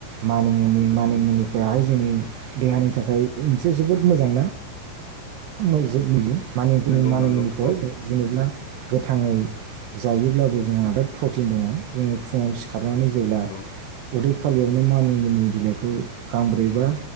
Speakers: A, on the right (about 75°); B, on the left (about 75°).
A: मानिमुनि मानिमुनि फोराहाय जोंनि देहानि थाखाय मोनसे जोबोद मोजांना गो जोङो नुयो मानिनि
B: नंगौ
A: मानि
B: नंगौ
A: मुलिखौहाय
B: औ
A: जेनेबा गोथाङै जायोब्लाबो जोंहा आदाद प्रटिन दङ जोङो फुङाव सिखारनानै जेब्ला
B: नंगौ
A: उदै आ खालियावनो मानि मुनि बिलाइखौ गांब्रैबा